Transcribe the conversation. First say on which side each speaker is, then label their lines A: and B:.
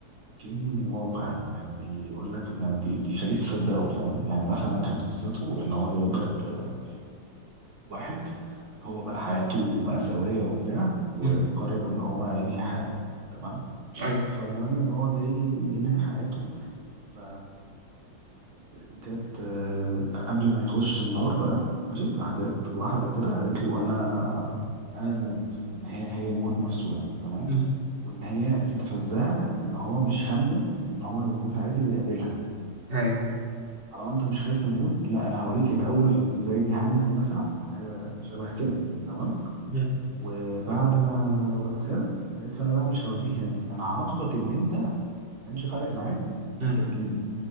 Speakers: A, on the right; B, on the right.
A: كأنه واقع يعني بيقول لك يعني بي- بيخليك تصدقه فاهم يعني مثلا كان قصته إن هو جايب لك آه، واحد هو بقى حياته مأساوية وبتاع وقرر
B: أمم،
A: إن هو ينهي حياته تمام
B: أيوه
A: فالمهم إن هو جاي ينهي حياته ف جت آه، قبل ما يخش النار بقى ماشي راح جت واحدة كده قالت له أنا أنا الموت إن هي هي الموت نفسه يعني تمام
B: أمم،
A: وإن هي استفزها إن هو مش همه إن هو يموت عادي ويقابلها
B: أيوه
A: طالما أنت مش خايف من الموت لا أنا هوريك الأول زي جهنم مثلا حاجة شبه كده تمام
B: مم.
A: وبعد ما وريتها له قالت له أنا بقى مش هوديك هناك أنا هعاقبك إن أنت ما كانش فارق معاك إن
B: مم.
A: أنت تجيلي